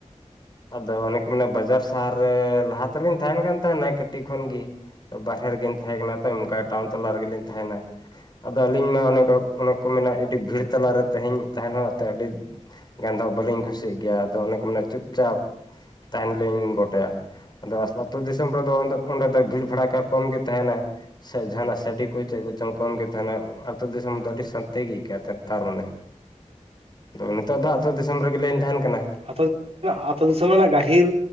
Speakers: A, on the left; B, on the right.
A: ᱟᱫᱚ ᱚᱱᱮ ᱠᱚ ᱢᱮᱱᱟ ᱵᱟᱡᱟᱨ ᱥᱟᱦᱟᱨ ᱨᱮ ᱞᱟᱦᱟ ᱛᱮᱞᱤᱧ ᱛᱟᱦᱮᱱ ᱠᱟᱱ ᱛᱟᱦᱮᱱᱟ ᱠᱟᱹᱴᱤᱡ ᱠᱷᱚᱱ ᱜᱤ ᱾ ᱛᱚ ᱵᱟᱦᱨᱮ ᱨᱮᱜᱮᱧ ᱛᱟᱦᱮᱸ ᱠᱟᱱᱟ ᱛᱚ᱾ ᱚᱱᱠᱟ ᱴᱟᱣᱩᱱ ᱛᱟᱞᱟ ᱨᱮᱜᱮᱞᱤᱧ ᱛᱟᱦᱮᱱᱟ ᱾ ᱟᱫᱚ ᱟᱹᱞᱤᱧ ᱢᱟ ᱚᱱᱮ ᱚᱱᱮᱠ ᱠᱚ ᱢᱮᱱᱟ ᱟᱹᱰᱤ ᱵᱷᱤᱲ ᱛᱟᱞᱟᱨᱮ ᱛᱮᱦᱮᱧ ᱛᱟᱦᱮᱱ ᱦᱚᱸ ᱮᱱ ᱛᱮ ᱟᱹᱰᱤ ᱜᱟᱱᱫᱚ ᱵᱟᱹᱞᱤᱧ ᱠᱩᱥᱤᱭᱟᱜ ᱜᱮᱭᱟ᱾ ᱟᱫᱚ ᱚᱱᱮ ᱠᱚ ᱢᱮᱱᱟ ᱪᱩᱯᱪᱟᱯ ᱛᱟᱦᱮᱸᱱ ᱞᱤᱧ ᱜᱚᱴᱟᱭᱟ ᱾ ᱟᱫᱚ ᱟᱹᱛᱩᱳ ᱫᱤᱥᱚᱢ ᱨᱮᱫᱚ ᱚᱸᱰᱮ ᱫᱚ ᱵᱷᱤᱲᱻᱵᱷᱟᱲᱟᱠᱟ ᱠᱚ ᱠᱚᱢ ᱜᱮ ᱛᱟᱸᱦᱮᱱᱟ ᱾ ᱥᱮ ᱡᱟᱦᱟᱱᱟᱜ ᱥᱟᱰᱮ ᱠᱚ ᱪᱮᱫ ᱠᱚ ᱪᱚᱝ ᱠᱚᱢ ᱜᱮ ᱛᱟᱦᱮᱱᱟ᱾ ᱟᱛᱳ ᱫᱤᱥᱚᱢ ᱫᱚ ᱟᱹᱰᱤ ᱥᱟᱱᱛᱤ ᱜᱮ ᱟᱹᱭᱠᱟᱹᱜᱼᱟ᱾ ᱛᱟᱨ ᱢᱟᱱᱮ ᱟᱫᱚ ᱱᱤᱛᱚᱜ ᱫᱚ ᱟᱹᱛᱩ ᱫᱤᱥᱚᱢ ᱨᱮᱜᱮᱞᱤᱧ ᱛᱟᱦᱮᱸᱱ ᱠᱟᱱᱟ ᱾
B: ᱟᱛᱳ ᱫᱤᱥᱚᱢ ᱟᱛᱳ ᱫᱤᱥᱚᱢ ᱨᱮᱱᱟᱜ ᱜᱟᱹᱦᱤᱨ